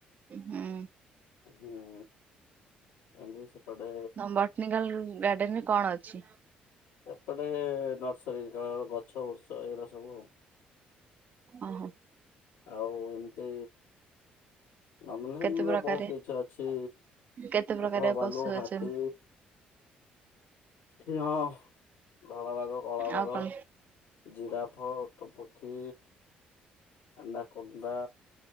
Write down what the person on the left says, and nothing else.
ହୁଁ। ଏମିତି ସେପଟେ
ଏପଟେ ନର୍ସରୀ ଗଛ ବୁ ଏରା ସବୁ
ଆଉ ଏମିତି ନନ୍ଦନକାନର
ବହୁତ କିଛି ଅଛି
ବାଘ ଭାଲୁ
ହାତୀ ସିଂହ ଧଳା ବାଘ କଳା ବାଘ
ଜିରାଫ ଓଟ ପକ୍ଷୀ ଆନା କୋଣ୍ଡା